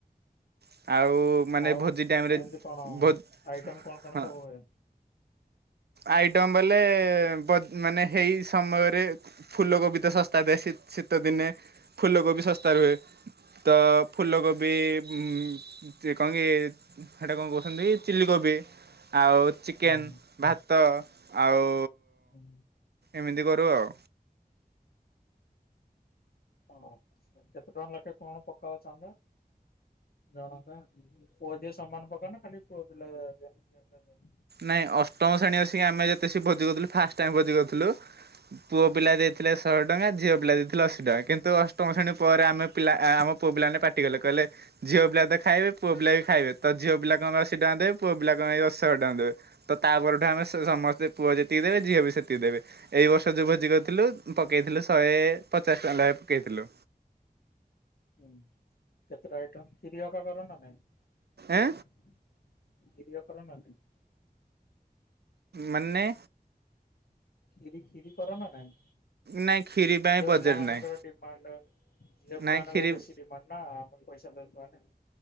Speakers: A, on the right; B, on the left.
A: ଆଉ ମାନେ
B: ଆଉ
A: ଭୋଜି ଟାଇମରେ
B: କେମିତି କଣ
A: ଭୋ
B: ଆଇଟମ କଣ କଣ
A: ହଁ
B: ସବୁ ହୁଏ?
A: ଆଇଟମ୍ ବେଲେ ବୋ ମାନେ ହେଇ ସମୟରେ ଫୁଲ କୋବି ତ ଶସ୍ତା ଥାଏ ଶୀ-ଶୀତ ଦିନେ, ଫୁଲ କୋବି ଶସ୍ତା ରୁହେ ତ ଫୁଲ କୋବି ଉମ କଣ କି ସେଇଟା କଣ କହୁଛନ୍ତି ଚିଲି କୋବି। ଆଉ ଚିକେନ୍,
B: ହୁଁ।
A: ଭାତ ଆଉ
B: ହୁଁ
A: ଏମିତି କରୁ ଆଉ।
B: ଆଚ୍ଛା କେତେ ଟଙ୍କା ଲେଖା କଣ ପକାଅ ଚାନ୍ଦା, ଜଣକା? ପୁଅ ଝିଅ ସମାନ ପକା ନା ଖାଲି ପୁଅ ପିଲା ଦିଅନ୍ତି ଝିଅ ପିଲା ଦିଅନ୍ତିନି।
A: ନାଇଁ ଅଷ୍ଟମ ଶ୍ରେଣୀ ଆସିକି ଆମେ ଯେତେ ବସିକି ଭୋଜି କରୁଥିଲୁ, ଫାଷ୍ଟ ଟାଇମ୍ ଭୋଜି କରୁଥିଲୁ। ପୁଅ ପିଲା ଦେଇଥିଲେ ଶହେ ଟଙ୍କା ଝିଅ ପିଲା ଦେଇଥିଲେ ଅଶୀ ଟଙ୍କା କିନ୍ତୁ ଅଷ୍ଟମ ଶ୍ରେଣୀ ପରେ ଆମେ ପିଲା ଆ ଆମ ପୁଅପିଲାମାନେ ପାଟିକଲେ କହିଲେ ଝିଅ ପିଲା ତ ଖାଇବେ ପୁଅ ପିଲା ବି ଖାଇବେ ତ ଝିଅ ପିଲା କଣ ପାଇଁ ଅଶୀ ଟଙ୍କା ଦେବେ ପୁଅ ପିଲା କଣ ପାଇଁ ଅଶ ଶହେ ଦେବେ ତ ତା ପରଠୁ ଆମେ ସ ସମସ୍ତେ ପୁଅ ଯେତିକି ଦେବେ ଝିଅ ବି ସେତିକି ଦେବେ। ଏଇ ବର୍ଷ ଯୋଉ ଭୋଜି କରିଥିଲୁ ପକେଇଥିଲୁ ଶହେ ପଚାଶ ଟଙ୍କା ଲେଖା ପକେଇଥିଲୁ।
B: ହୁଁ କେତେଟା ଆଇଟମ୍ କ୍ଷୀରି ହକା କର ନା ନାଇଁ?
A: ଏଁ
B: କ୍ଷୀରି ଓ କରନା ନାଇଁ?
A: ମାନେ?
B: କ୍ଷୀରି କ୍ଷୀରି କର ନା ନାଇଁ?
A: ନାଇଁ କ୍ଷୀରି ପାଇଁ
B: ଝିଅ
A: ବଜେଟ
B: ପିଲା ମାନଙ୍କର
A: ନାହିଁ।
B: ଡିମାଣ୍ଡ ଝିଅ ପିଲାମାନଙ୍କର
A: ନାଇଁ କ୍ଷୀରି
B: ବେଶୀ ଡିମାଣ୍ଡ ନା ଆମର ପଇସା ଦଉଥିବା ନା।